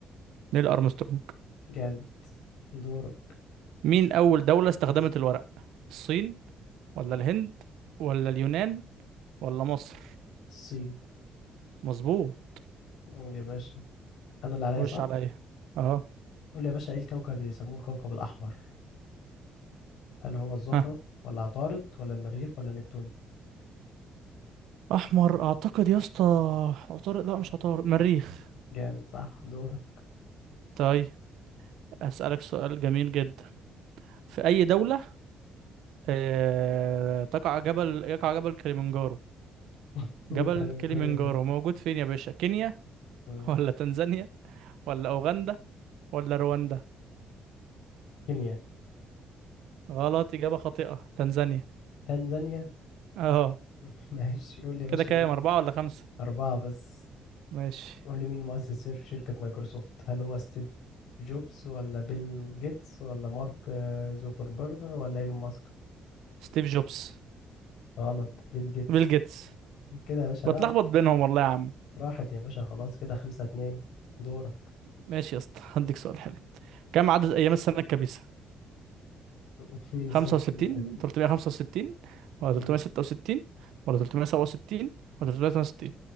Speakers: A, on the right; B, on the left.
A: نيل ارمسترونج
B: جامد دورك
A: مين اول دولة استخدمت
B: مم.
A: الورق الصين ولا الهند ولا اليونان ولا مصر
B: الصين
A: مظبوط
B: قول يا باشا انا اللي عليا
A: خش
B: صح
A: عليا اه
B: قول لي يا باشا ايه الكوكب اللي بيسموه الكوكب الاحمر هل هو الزهرة
A: ها
B: ولا عطارد ولا المريخ ولا نبتون
A: احمر اعتقد يا اسطى عطارد لا مش عطارد مريخ
B: جامد صح دورك
A: طيب اسالك سؤال جميل جدا في اي دوله آه... تقع جبل يقع جبل كليمنجارو
B: <laughs> مين
A: جبل
B: كان
A: كليمنجارو
B: جارو ده
A: موجود فين يا باشا كينيا
B: مم.
A: ولا تنزانيا ولا اوغندا ولا رواندا
B: كينيا
A: غلط اجابه خاطئه تنزانيا
B: تنزانيا
A: اه
B: <laughs> ماشي قول لي يا باشا
A: كده كام
B: مين
A: اربعه ولا خمسه
B: أربعة بس
A: ماشي
B: قول لي مين مؤسس شر- شركة مايكروسوفت هل هو ستيف جوبز ولا بيل جيتس ولا مارك آه، زوكربيرج ولا إيلون ماسك
A: ستيف جوبز
B: غلط بيل جيتس
A: بيل جيتس
B: كده يا باشا لا
A: بتلخبط
B: راح-
A: بينهم والله يا عم
B: راحت يا باشا خلاص كده خمسة اتنين دورك
A: ماشي يا اسطى هديك سؤال حلو كم عدد ايام السنه الكبيسه
B: <laughs> مين السنة
A: خمسة
B: الكبيسة
A: وستين
B: دي
A: تلتمية خمسة وستين ولا
B: مم.
A: تلتمية ستة وستين ولا تلتمية سبعة وستين ولا تلتمية تمانية وستين